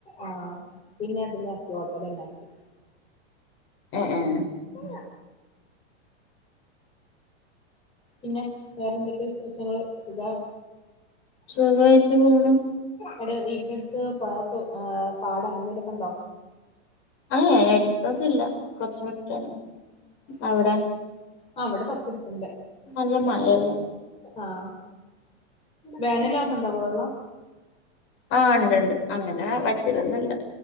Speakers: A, on the left; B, on the left.
A: ആഹ് പിന്നതിലാക്കി ഓട്ടോലെന്നാക്കി
B: ഏഹ് ഏഹ്
A: മ് പിന്നെ വേറെന്തെക്കെയാ വിശേഷങ്ങള് സുഖം
B: സുഖായിട്ട് പോണു
A: അടെ വീട്ടിന്റട്ത്ത് പാതൊ ആഹ് പാടം അങ്ങനെന്തേലൊക്ക്‌ണ്ടോ
B: ഏഹ് എടുത്തൊന്നുല്ല കുറച്ചു വിട്ടാണ് അവിടെ
A: ആഹ് ഇവിടെ തൊട്ടട്ത്തുണ്ട്
B: നല്ല മഴല്ലേ
A: ആഹ് വേനലാവുമ്പ്ണ്ടാവോ വെള്ളം
B: ആഹ് ഇണ്ട്ണ്ട് അങ്ങനെ വറ്റലൊന്നുല്ല